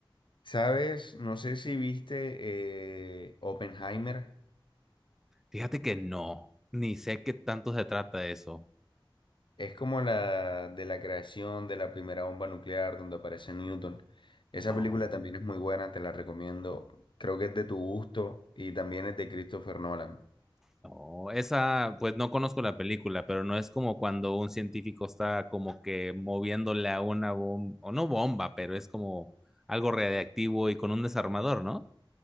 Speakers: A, on the left (about 60°); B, in the centre.
A: ¿Sabes? No sé si viste eh, Oppenheimer.
B: Fíjate que no, ni sé qué tanto se trata eso.
A: Es como la de la creación de la primera bomba nuclear donde aparece Newton. Esa
B: Oh.
A: película también es muy buena, te la recomiendo. Creo que es de tu gusto y también es de Christopher Nolan.
B: Oh, esa, pues no conozco la película, pero no es como cuando un científico está como que moviéndole a una bomba, o no bomba, pero es como algo radiactivo y con un desarmador, ¿no?